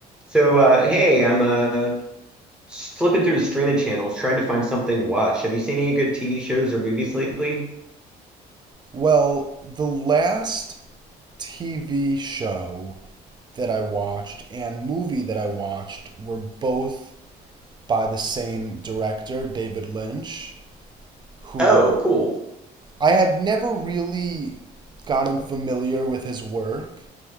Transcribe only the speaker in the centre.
So, uh, hey, I'm uh, flipping through the streaming channels trying to find something to watch. Have you seen any good TV shows or movies lately?
Oh, cool.